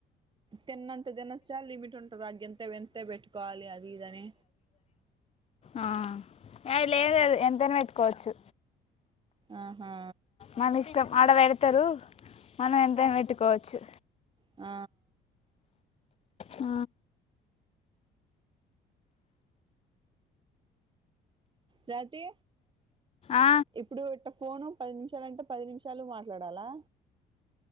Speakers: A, on the right; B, on the left.
A: తిన్నంత తినొచ్చా లిమిట్ ఉంటది అ గింతే ఎంత పెట్టుకోవాలి అది ఇదని
B: ఆ అవి లేదది ఎంతైనా ఎట్టుకోవచ్చు
A: ఆహా
B: మన ఇష్టం ఆడ పెడతరూ మనం ఎంతైన పెట్టుకోవచ్చు చ్చు
A: ఆ
B: ఆ
A: జాతి
B: ఆ
A: ఇప్పుడు ఇట్ట ఫోను పది నిమిష మిషాలంటే పది నిమిషాలు మాట్లాడాలా